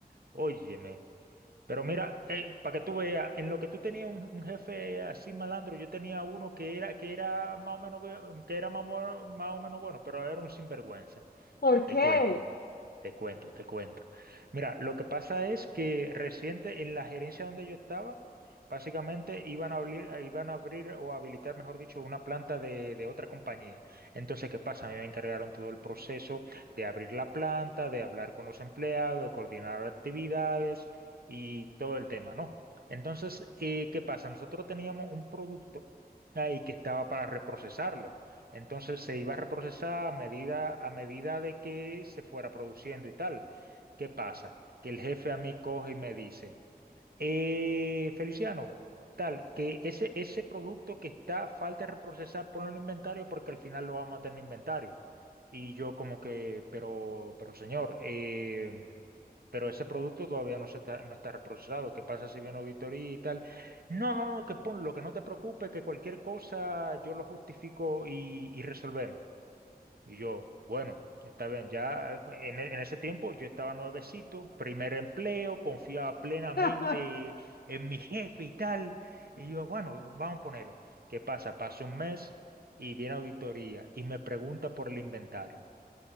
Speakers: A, on the right; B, on the left.
A: Óyeme, pero mira, eh, para que tú veas, en lo que tú tenías un, un jefe así malandro, yo tenía uno que era, que era más o menos, bu- que era más, o más o menos bueno, pero era un sinvergüenza,
B: ¿Por qué?
A: te cuento. Te cuento, te cuento. Mira, lo que pasa es que reciente en la gerencia donde yo estaba, básicamente iban a abrir, eh, iban a abrir o habilitar, mejor dicho, una planta de, de otra compañía. Entonces, ¿qué pasa? A mí me encargaron todo el proceso de abrir la planta, de hablar con los empleados, de coordinar actividades y todo el tema, ¿no? Entonces, eh, ¿qué pasa? Nosotros teníamos un producto ahí que estaba para reprocesarlo. Entonces se iba a reprocesar a medida, a medida de que se fuera produciendo y tal. ¿Qué pasa? Que el jefe a mí coge y me dice, "Eh, Feliciano, tal, que ese, ese producto que está a falta de reprocesar, ponlo en inventario porque al final lo vamos a tener en inventario. Y yo como que, pero, pero señor, eh, pero ese producto todavía no se está, no está reprocesado. ¿Qué pasa si viene auditoría y tal? No, no, no, que ponlo, que no te preocupes, que cualquier cosa yo lo justifico y, y resolvemos. Y yo, bueno, está bien, ya eh, en, e- en ese tiempo yo estaba nuevecito, primer empleo, confiaba plenamente
B: <laughs>
A: en mi jefe y tal. Y yo, bueno, vamos a ponerlo. ¿Qué pasa? Pasa un mes y viene auditoría y me pregunta por el inventario.